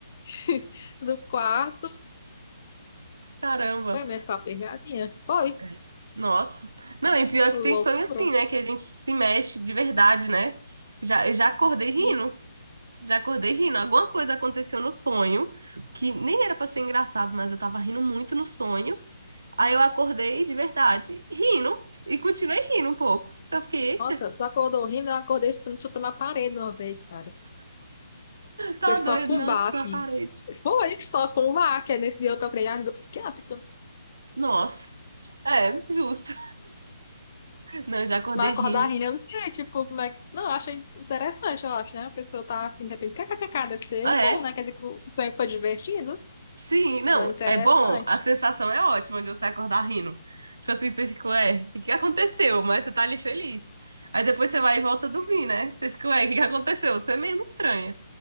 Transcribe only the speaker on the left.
<laughs> do quarto.
Foi mesmo ficar aperreadinha. Foi,
loucura.
Sim.
Nossa, tu acordou rindo, eu acordei chutando, chutando a parede uma vez, cara.
Foi só
com
baque.
Foi só com baque. Aí Nesse dia eu procurei ajuda psiquiátrica.
Mas <laughs>
acordar rindo, eu não sei, tipo, como é que... Não, eu acho interessante, eu acho, né? A pessoa tá assim, de repente, kkkk, deve ser
bom, né? Quer dizer que o sonho foi divertido.
Foi interessante.